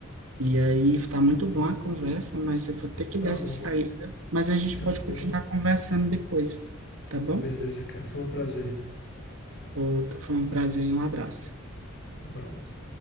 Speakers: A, on the right; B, on the left.
A: E aí está muito bom a conversa, mas eu vou ter que
B: Tá
A: dar essa
B: bom,
A: saída. Mas a gente
B: tranquilo.
A: pode continuar conversando depois, tá bom?
B: Beleza, cara. Foi um prazer.
A: Outro, foi um prazer e um abraço.
B: Um abraço.